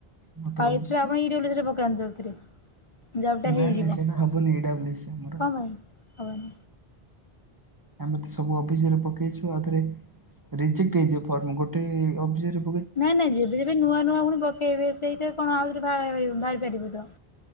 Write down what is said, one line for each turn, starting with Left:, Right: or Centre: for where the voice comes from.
Right: ମୁଁ ତ
Left: ଆଉ
Right: ଓବିସି
Left: ଏଥିରେ ଆପଣ ଏଇରେ ପକେଇଥିରେ <unintelligible> ଜବ ଟା
Right: ନାଇଁ
Left: ହେଇଯିବ
Right: ନାଇଁ ସେଇଟା ହବନି ଏଇ ଡବ୍ଲୁ ସି ଆମର।
Left: କଣ ପାଇଁ?
Right: ଆମେ ତ ସବୁ ଅଫିଯରେ ପକେଇଛୁ ଆଉରେଜେକ୍ଟ ହେଇଯିବ ଫର୍ମ ଗୋଟେ ଅରେ।
Left: ନାଇଁ ନାଇଁ ଯେବେ ଯେବେ ନୂଆ ନୂଆ ପୁଣି ପକେଇବେ ସେଇଥି କଣ ଆଉଥରେ ବାହାରି ପାରିବ ତ।